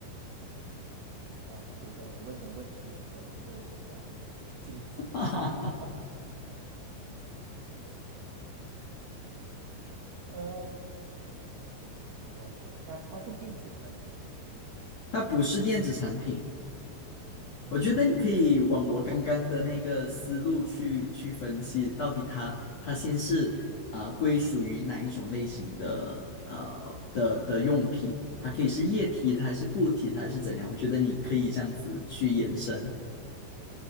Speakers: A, on the right (about 60°); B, on the left (about 55°).
A: 我觉得我问的问题好像没有什么 <laughs> 进展。<laughs>
B: <laughs>
A: 呃，给我想一下，它是电子产品吗？
B: 它不是电子产品。
A: 嗯，
B: 我觉得你可以往我刚刚的那个思路去去分析，到底它它先是啊、归属于哪一种类型的呃的的用品，它可以是液体，它还是固体，它还是怎样？我觉得你可以这样子去延伸。